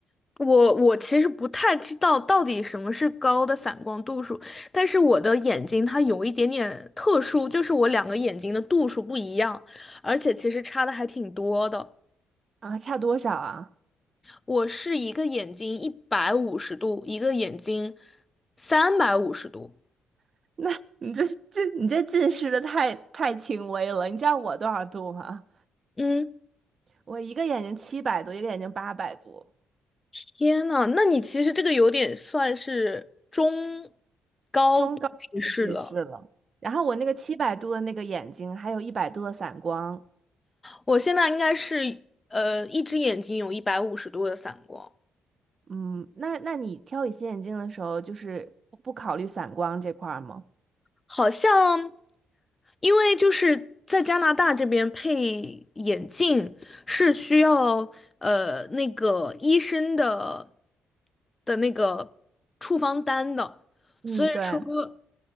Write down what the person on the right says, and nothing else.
啊，差多少啊？
<laughs> 那你这近你这近视的太太轻微了。你知道我多少度吗？
我一个眼睛七百度，一个眼睛八百度，
中高度近视了。然后我那个七百度的那个眼睛，还有一百度的散光。
嗯，那那你挑隐形眼镜的时候，就是不不考虑散光这块儿吗？
嗯，
对。